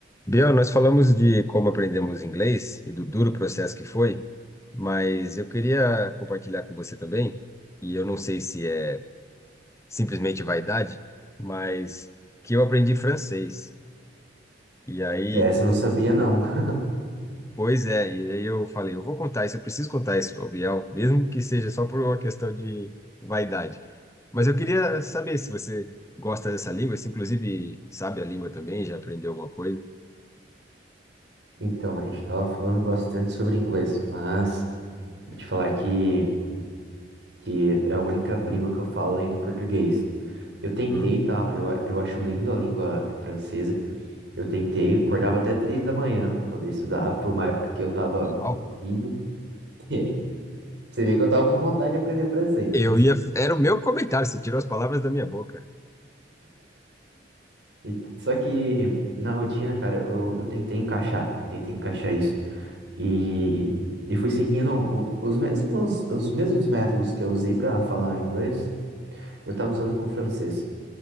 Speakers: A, on the left; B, on the right.
A: Biel, nós falamos de como aprendemos inglês e do duro processo que foi, mas eu queria compartilhar com você também, e eu não sei se é simplesmente vaidade, mas que eu aprendi francês. E aí,
B: Essa eu não sabia, não. <laughs>
A: pois é, e aí eu falei, eu vou contar isso, eu preciso contar isso ao Biel, mesmo que seja só por uma questão de vaidade. Mas eu queria saber se você gosta dessa língua, se inclusive sabe a língua também, já aprendeu alguma coisa.
B: Então, a gente estava falando bastante sobre inglês, mas vou te falar que, que é a única língua que eu falo além do português. Eu tentei,
A: Hum.
B: tá? Eu, a- eu acho lindo a língua francesa. Eu tentei, acordava até três da manhã para poder estudar. Foi uma época que eu tava
A: Uau.
B: corrido. <laughs> É, Você vê que eu tava com vontade de aprender francês,
A: Eu
B: né?
A: ia. Era o meu comentário, você tirou as palavras da minha boca.
B: E- só que na rotina, cara, eu, eu tentei encaixar, tentei encaixar isso. E, e fui seguindo o- os mesmos, os mesmos métodos que eu usei para falar inglês, eu estava usando com o francês.